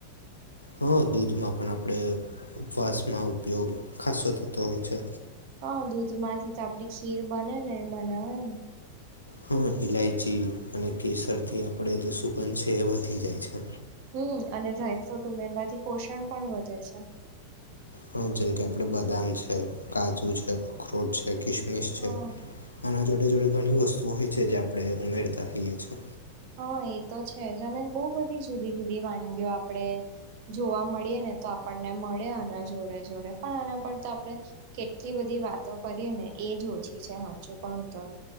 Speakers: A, on the left; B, on the right.
A: હા દૂધમાં પણ આપણે ઉપવાસમાં ઉપયોગ ખાસો થતો હોય છે.
B: હા દૂધમાંથી તો આપડી ખીર બને ને બનાવાય ને.
A: હા ઇલાયચી અને કેસરથી આપણે જે સુગંધ છે એ વધી જાય છે.
B: હમ્મ અને ડ્રાયફ્રૂટ ઉમેરવાથી પોષણ પણ વધે છે.
A: હા જેમ કે આપડે બદામ છે, કાજુ છે, અખરોટ છે, કિસમિસ
B: હા.
A: છે, આના જોડે જોડે ઘણી વસ્તુ હોય છે જે આપડણે ઉમેરતા રઈયએ છીએ.
B: હા એ તો છે જ અને બહુ બધી જુદી જુદી વાનગીઓ આપડે. જોવા મળીએ ને તો આપણને મળે આના જોડે જોડે, પણ આના પર તો આપણે. કેટલી બધી વાતો કરી ને એજ ઓછી છે હાચું કઉતો.